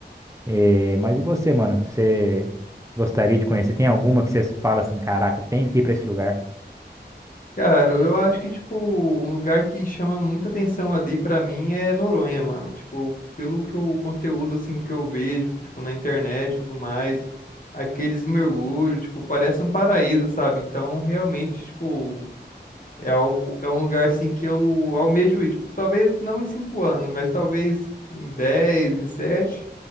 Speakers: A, on the right; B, on the left.
A: É, mas e você, mano? Você gostaria de conhecer? Tem alguma que você fala assim, caraca, tenho que ir pra esse lugar?
B: Cara, eu acho que, tipo, um lugar que chama muita atenção ali pra mim é Noronha, mano. Tipo, pelo que eu- o conteúdo, assim, que eu vejo, tipo, na internet e tudo mais, aqueles mergulhos, tipo, parece um paraíso, sabe? Então, realmente, tipo, é algo, é um lugar, assim, que eu almejo ir. Tipo, talvez não em cinco anos, mas talvez em dez, em sete,